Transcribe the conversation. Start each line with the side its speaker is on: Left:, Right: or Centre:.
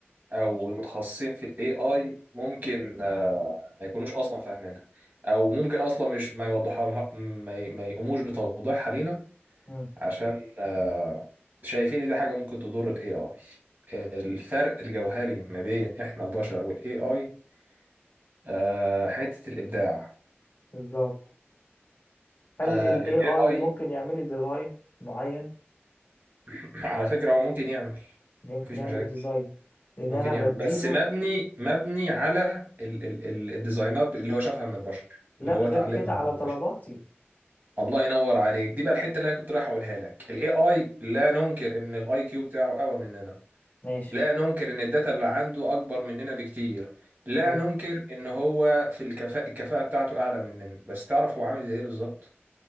Right: او المتخصصين في الاي اي ممكن آه، ما يكونوش اصلا فاهمينها او ممكن اصلا مش ما يوضحها لها ما ي- ما يقوموش بتوضيحها لينا
Left: مم.
Right: عشان آه، شايفين ان دي حاجة ممكن تضر ال AI الفرق الجوهري ما بين احنا البشر وال AI آه، حتة الإبداع
Left: بالظبط هل
Right: آه،
Left: ال AI
Right: ال AI
Left: ممكن يعمل لي ديزاين معين؟
Right: <clears throat> على فكرة هو ممكن يعمل
Left: يمكن
Right: مفيش
Left: يعمل
Right: مشاكل
Left: ديزاين لأن
Right: ممكن
Left: أنا بديله
Right: يعمل بس مبني مبني على ال ال ال الديزاينات اللي هو شافها من البشر
Left: لا
Right: اللي هو
Left: غير
Right: اتعلمها
Left: كده على
Right: من البشر
Left: طلباتي
Right: الله ينور عليك دي بقى الحتة اللي انا كنت رايح اقولها لك ال AI لا ننكر ان الاي كيو بتاعه اقوى مننا
Left: ماشي
Right: لا ننكر ان الداتا اللي عنده اكبر مننا بكتير لا
Left: حلو
Right: ننكر ان هو في الكفاءة الكفاءة بتاعته اعلى مننا بس تعرف هو عامل زي ايه بالظبط